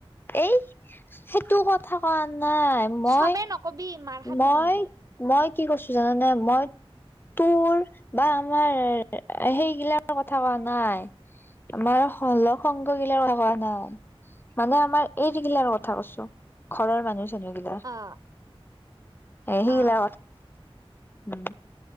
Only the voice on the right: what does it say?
চবে নকবি মাৰ খাবি
নহলি
অ
অ